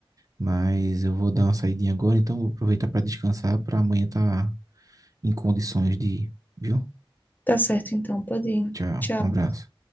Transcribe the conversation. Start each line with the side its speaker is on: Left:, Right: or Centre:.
Right: mas eu vou dar uma saidinha agora, então vou aproveitar para descansar para amanhã estar tá em condições de ir, viu?
Left: Tá certo, então, pode ir.
Right: Tchau,
Left: Tchau.
Right: um abraço.